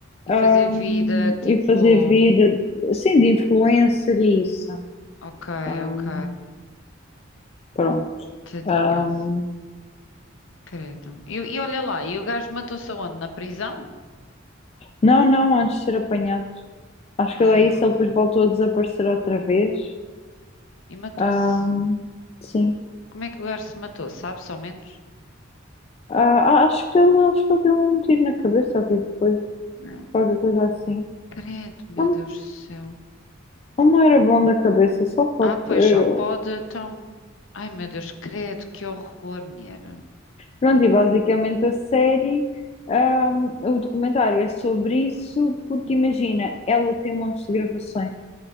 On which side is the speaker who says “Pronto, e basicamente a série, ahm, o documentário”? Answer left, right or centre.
Left